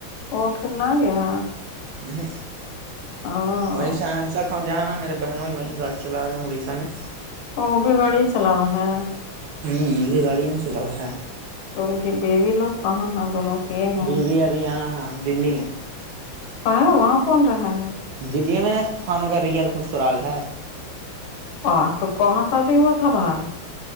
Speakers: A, on the left (about 80°); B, on the right (about 75°).
A: وہ پھر نہ گیا
B: ہ
A: او
B: وہی سہنسک ہ جہاں میرے بہنوں ہی وہیں گاڑی چلا رہے ہیں اڑیسہ میں
A: ا بھی گاڑی چلاوا ہے
B: ہوں ابھی گاڑی نہیں چل رہا ہے
A: تو ان کی بیوی لوگ کہاں ہیں دونوں کے ہیں
B: بیوی ابھی یہاں ہاں دلی میں
A: پا وہاں کون رہا ہے
B: دلی میں نا فانوں کا ریئل سسرال ہے
A: آ ج تو کونوشادی ہوا تھا بھائی